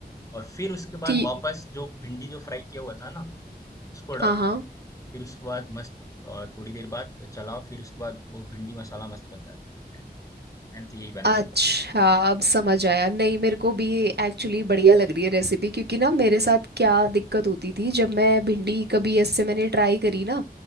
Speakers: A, on the left; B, on the right.
A: और फिर उसके
B: ठीक
A: बाद वापस जो भिंडी जो फ्राई किया हुआ था ना उसको
B: हाँ
A: डाल दो
B: हाँ
A: फिर उसके बाद मस्त अ, थोड़ी देर बाद चलाओ फिर उसके बाद वो भिंडी मसाला मस्त बन जाता है मैं मैंने तो यही बनाया
B: अच्छा
A: है
B: अब समझ आया नहीं मेरे को भी एक्चुअली बढ़िया लग रही है रेसिपी क्योंकि ना मेरे साथ क्या दिक्कत होती थी जब मैं भिंडी कभी ऐसे मैंने ट्राई करी ना